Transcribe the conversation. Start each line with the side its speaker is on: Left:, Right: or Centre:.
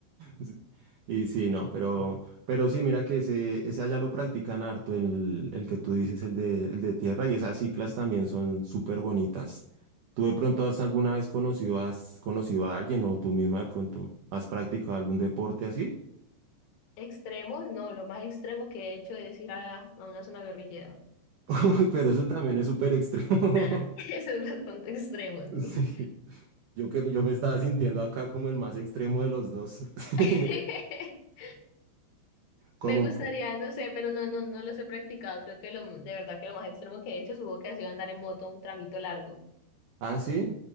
Right: Sí. Y sí, no, pero, pero sí, mira que ese, ese allá lo practican harto, el, el que tú dices, el de, el de tierra, y esas ciclas también son súper bonitas. ¿Tú de pronto has alguna vez conocido, has conocido a alguien o tú misma de pronto has practicado algún deporte así?
Left: Extremos, no, lo más extremo que he hecho es ir a, a una zona guerrillera.
Right: <laughs> Pero eso también es súper extremo.
Left: <laughs>
Right: <laughs>
Left: Eso es bastante extremo, sí.
Right: Sí, yo que yo me estaba sintiendo acá como el más extremo de los dos. <laughs>
Left: <laughs>
Right: Como,
Left: Me gustaría, no sé, pero no, no, no los he practicado. Creo que lo, de verdad que lo más extremo que he hecho, supongo que ha sido andar en moto un tramito largo.
Right: Ah, sí.